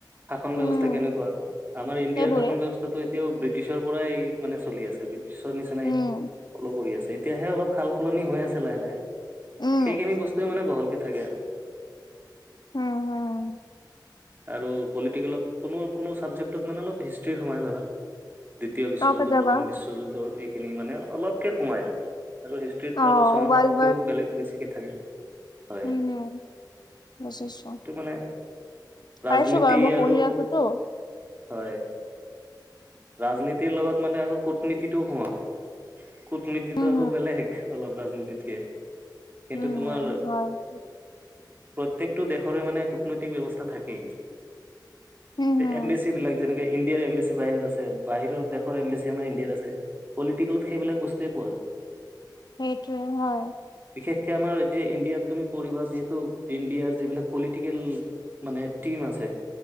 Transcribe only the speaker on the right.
শাসন
ব্যৱস্থা কেনেকুৱা আমাৰ ইণ্ডিয়াৰ
শাসন ব্যৱস্থাটো এতিয়াও ব্ৰিটিছৰ পৰাই মানে চলি আছে ব্ৰিটিছৰ নিচিনাই
ফল' কৰি আছে এতিয়াহে অলপ সাল সলনি হৈ আছে লাহে লাহে।
সেইখিনি বস্তুৱে মানে বহলকে থাকে আৰু
আৰু পলিটিকেলত কোনো কোনো ছাবজেক্টটোত মানে অলপ হিষ্ট্ৰী সোমাই ধৰা। দ্বিতীয় বিশ্বযুদ্ধ
প্ৰথম বিশ্বযুদ্ধৰ এইখিনি মানে অলপকে সোমায়। আকৌ হিষ্ট্ৰীত
আকৌ চনটো
বেলেগ বেছিকে থাকে। হয়
এইটো মানে ৰাজনীতি
আৰু
হয়। ৰাজনীতিৰ লগত মানে আকৌ কূটনীতিটো সোমা কুটনীতিটো
আকৌ
বেলেগ শিক্ষা। অলপ ৰাজনীতিতকে কিন্তু
তোমাৰ
প্ৰত্যেকটো দেশৰে মানে কূটনৈতিক ব্যৱস্থা থাকেই।
এম্বেচি বিলাক যেনেকে ইণ্ডিয়াৰ এম্বেচি বাহিৰত আছে। বাহিৰৰ দেশৰ এম্বেচি আমাৰ ইণ্ডিয়াত আছে পলিটিকেলত সেইবিলাক বস্তুৱে পোৱা যায়।
বিশেষকে আমাৰ এতিয়া ইণ্ডিয়াত তুমি পঢ়িবা যিহেতু ইণ্ডিয়াৰ যিবিলাক পলিটিকেল মানে টিম আছে